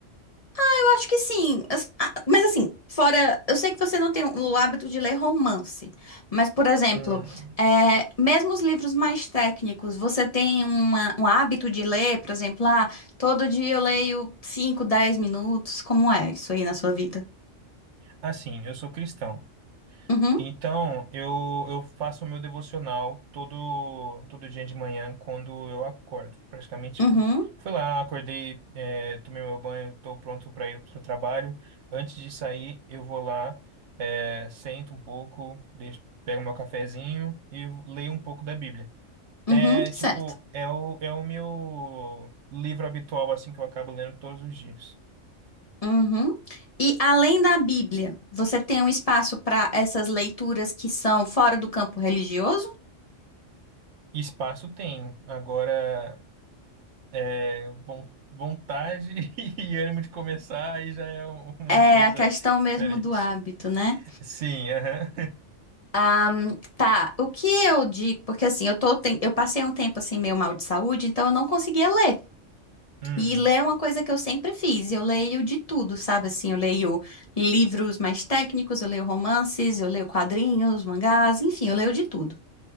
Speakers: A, on the left (about 35°); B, on the right (about 65°).
A: Eu acho que sim. As- ah, Mas assim, fora. Eu sei que você não tem o hábito de ler romance. Mas, por exemplo,
B: Hum,
A: é, mesmo os livros mais técnicos, você tem uma- um hábito de ler, por exemplo, ah, todo dia eu leio 5, 10 minutos. Como é isso aí na sua vida?
B: assim, eu sou cristão.
A: Uhum,
B: Então, eu, eu faço o meu devocional todo, todo dia de manhã quando eu acordo. Praticamente, tipo,
A: uhum,
B: fui lá, acordei, eh, tomei meu banho, tô pronto para ir pro trabalho. Antes de sair, eu vou lá, eh, sento um pouco, deixo, pego meu cafezinho e leio um pouco da Bíblia.
A: uhum.
B: É,
A: Certo.
B: tipo, é o, é o meu livro habitual, assim, que eu acabo lendo todos os dias.
A: Uhum. E além da Bíblia, você tem um espaço para essas leituras que são fora do campo religioso?
B: Espaço tem. Agora. é, von- vontade <laughs> e ânimo de começar, aí já é um- uma
A: É
B: coisa
A: a questão mesmo
B: diferente.
A: do hábito, né?
B: Sim, aham.
A: Ahn, tá, o que eu digo, porque assim, eu tô, ten- eu passei um tempo assim meio mal de saúde, então eu não conseguia ler.
B: Hum,
A: E ler é uma coisa que eu sempre fiz. Eu leio de tudo, sabe? Assim, eu leio livros mais técnicos, eu leio romances, eu leio quadrinhos, mangás, enfim, eu leio de tudo.